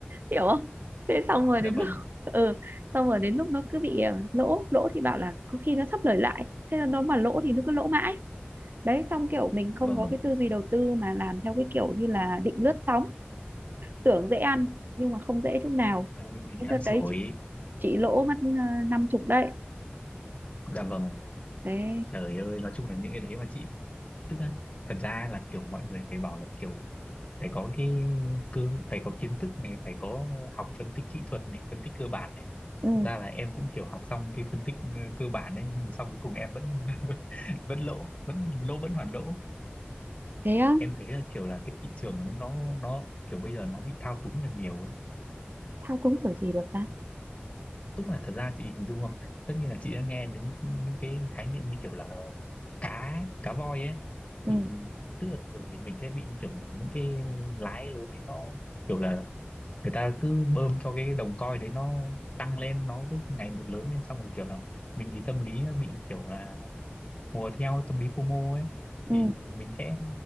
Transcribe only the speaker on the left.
dạ
vâng
dạ
vâng
mình mình
ăn
xổi
dạ vâng
trời ơi nói chung là những cái đấy mà chị tức là thật ra là kiểu mọi người phải bảo là kiểu phải có cái cơ phải có kiến thức này phải có học phân tích kỹ thuật này phân tích cơ bản này
thật ra là em cũng kiểu học xong cái phân tích ờ, cơ bản đấy nhưng mà xong cuối cùng em vẫn <laughs> vẫn lỗ vẫn lỗ vẫn hoàn lỗ
em thấy là kiểu là cái thị trường ấy, nó nó kiểu bây giờ nó bị thao túng là nhiều ấy
tức là thật ra chị hình dung không tất nhiên là chị đã nghe đến những cái khái niệm như kiểu là cá cá voi ấy
thì tức là thường thì mình sẽ bị những kiểu là những cái lái lớn ấy nó kiểu là người ta cứ bơm cho cái đồng coin đấy nó tăng lên nó cứ ngày một lớn lên xong rồi kiểu là mình thì tâm lý nó bị kiểu là hùa theo tâm lý FOMO ấy
thì mình sẽ